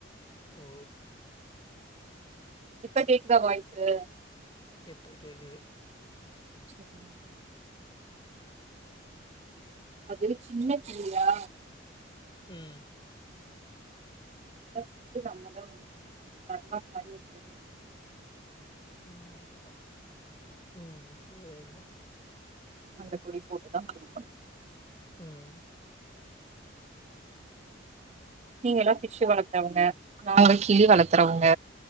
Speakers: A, on the left; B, on the right.
A: ஓ
B: இப்ப கேக்குதா வாய்ஸு
A: எப்ப கேக்குது
B: உம் அது சின்ன கிளியா
A: ம்
B: அத ஃபுட்டு நம்மதா குடுக்கணு சரலாக் மாரி ஒரு பொடி இருக்
A: ம் அ ம் சேரிங்க
B: அந்த பொடி போட்டுதா குடுக்கணு
A: ம்
B: நீங்க எல்லா பிஷ் வளர்த்தறவங்க நாங்கல்லா கிளி வளர்த்தறவங்க